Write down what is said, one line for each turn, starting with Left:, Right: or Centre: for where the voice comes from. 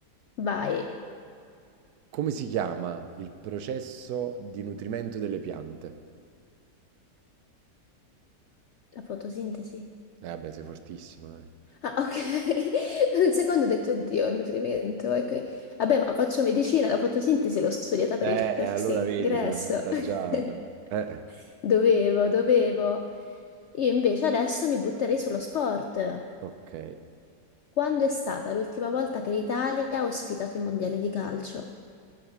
Left: Vai,
Right: Come si chiama il processo di nutrimento delle piante?
Left: la fotosintesi.
Right: Eh vabbè, sei fortissima, eh.
Left: Ah, ok. <laughs> Per un secondo ho detto, oddio, nutrimento. e que- Vabbè, ma faccio medicina, la fotosintesi l'ho studiata
Right: Eh,
Left: per il test
Right: e allora
Left: ingresso.
Right: vedi, sei avvantaggiata.
Left: <laughs>
Right: Eh.
Left: Dovevo, dovevo. Io invece adesso mi butterei sullo sport.
Right: Ok.
Left: Quando è stata l'ultima volta che l'Italia ha ospitato i mondiali di calcio?